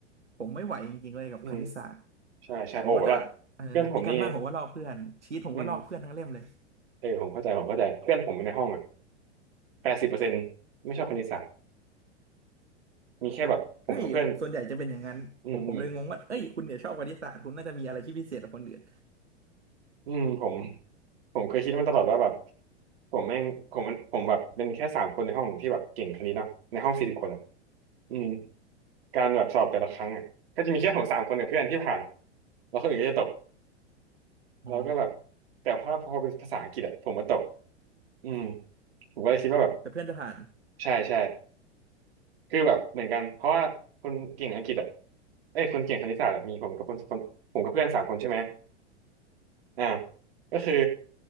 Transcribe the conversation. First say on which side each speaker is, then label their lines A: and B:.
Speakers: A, on the right; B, on the right.
A: ผมไม่ไหวจริงๆเลยกับคณิตศาสตร์
B: อืมใช่ใช่โอ้ละ
A: ผมก็จะเอ่อมีการบ้านผมก็ลอกเพื่อนชีตผมก็ลอกเพื่อนทั้งเล่มเลย
B: เพื่อนผมนี่อืมเออผมเข้าใจผมเข้าใจเพื่อนผมในห้องอ่ะแปดสิบเปอร์เซ็นต์ไม่ชอบคณิตศาสตร์มีแค่แบบผมกับเพื่อน
A: ใช่ส่วนใหญ่จะเป็นอย่างนั้นผมผมเลยงงว่าเอ้ยคุณเนี่ยชอบคณิตศาสตร์คุณน่าจะมีอะไรที่พิเศษกว่าคนอื่น
B: อืมอืมอืมผมผมเคยคิดมาตลอดว่าแบบผมแม่งผมมันผมแบบเป็นแค่สามคนในห้องที่แบบเก่งคณิตเนาะในห้องสี่สิบคนอะอืมการแบบสอบแต่ละครั้งอะก็จะมีแค่ผมสามคนกับเพื่อนที่ผ่านแล้วคนอื่นก็จะตก
A: อ๋อ
B: แล้วก็แบบแต่พอพอเป็นภาษาอังกฤษอะผมมาตกอืมผมก็เลยคิดว่าแบบ
A: แต่เพื่อนจะผ่าน
B: ใช่ใช่คือแบบเหมือนกันเพราะว่าคนเก่งอังกฤษอะเอ้ยคนเก่งคณิตศาสตร์อะมีผมกับคนคนผมกับเพื่อนสามคนใช่ไหมอ่าก็คือ